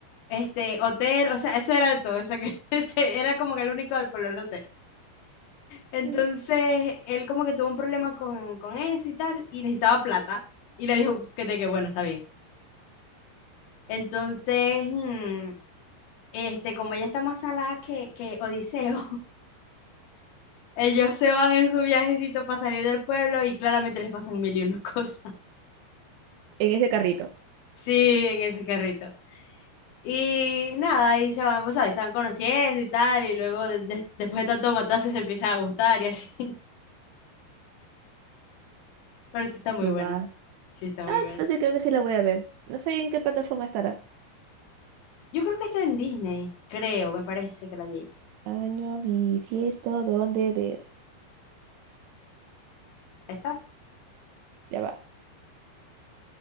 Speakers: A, on the left; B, on the right.
A: este, hotel, o sea, eso era de todo, o sea, que <laughs> este, era como que el único del pueblo, no sé. Entonces,
B: mm.
A: él como que tuvo un problema con, con eso y tal, y necesitaba plata, y le dijo que de que bueno, está bien. Entonces, mm, este, como ella está más salada que, que Odiseo, Ellos se van en su viajecito para salir del pueblo y claramente les pasan mil y una cosas. <laughs>
B: En ese carrito.
A: Sí, en ese carrito. Y nada, ahí se van, pues, ¿sabes? Se van conociendo y tal, y luego de- de- después de tanto matarse se empiezan a gustar y así. <laughs> Pero sí está muy
B: Que
A: buena.
B: va.
A: Sí está muy
B: Ah,
A: buena.
B: entonces creo que sí la voy a ver. No sé en qué plataforma estará.
A: Yo creo que está en Disney, creo, me parece que la vi ahí.
B: Año bisiesto, ¿dónde ver?
A: ¿Está?
B: Ya va.